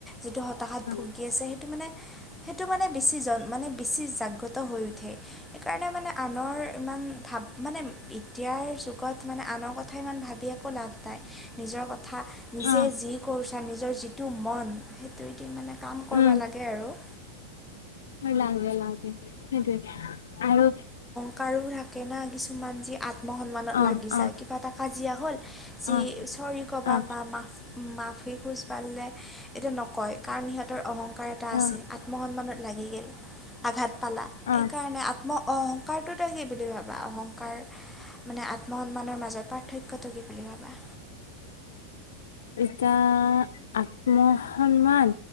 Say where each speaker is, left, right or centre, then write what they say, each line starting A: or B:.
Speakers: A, in the centre; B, on the left.
A: যিটো হতাশাত
B: অ
A: ভুগি আছে সেইটো মানে সেইটো মানে বেছি জন মানে বেছি জাগ্ৰত হৈ উঠে সেইকাৰণে মানে আনৰ ইমান ভাব মানে এতিয়াৰ যুগত মানে আনৰ কথা ইমান ভাবি একো লাভ নাই নিজৰ কথা নিজে
B: অ
A: যি কৰিছা নিজৰ যিটো মন সেইটোয়েদি মানে কাম কৰিব
B: উম
A: লাগে আৰু।
B: লাগে লাগে সেইটোৱে আৰু
A: কাৰো থাকে না কিছুমান যি আত্মসন্মানত
B: অ
A: লাগি যায়
B: অ
A: কিবা এটা কাজিয়া হ'ল যি
B: অ
A: চৰি কবা
B: অ
A: বা মাফ মাফি খোজবৰলে এতিয়া নকয় কাৰণ সিহঁতৰ অহংকাৰ এটা আছে
B: অ
A: আত্মসন্মানত লাগি গে'ল। আঘাত পালা সেইকাৰণে
B: অ
A: আত্ম অহংকাৰটো তই কি বুলি ভাব বা অহংকাৰ মানে আত্মসন্মানৰ মাজত পাৰ্থক্যটো কি বুলি ভাবা
B: এতিয়া আত্মসন্মান